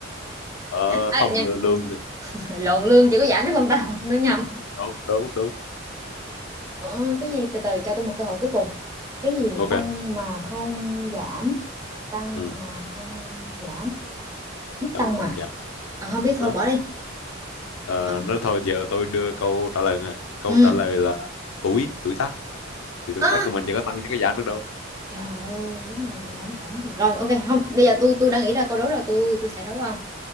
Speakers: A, on the left; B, on the right.
A: Ờ,
B: à,
A: không
B: nhầm,
A: lương lương thì-
B: lộn lương chỉ có giảm chứ không tăng nó nhầm
A: đúng đúng đúng
B: ờ, cái gì từ từ cho tôi một cơ hội cuối cùng cái gì
A: ok
B: tăng mà không giảm tăng
A: ừ,
B: mà không giảm biết
A: tăng
B: tông
A: mà
B: mà
A: không giảm
B: à, không biết thôi
A: đó
B: bỏ đi
A: Ờ,
B: Ờ.
A: nó thôi giờ tôi đưa câu trả lời nè câu
B: ừ
A: trả lời là tuổi tuổi tác thì tuổi
B: Ơ,
A: tác của mình chỉ có tăng chứ có giảm được đâu
B: trời ơi lúc nào mình lắm cảm thiệt rồi ok không bây giờ tôi tôi đang nghĩ ra câu đố rồi tôi tôi sẽ đấu không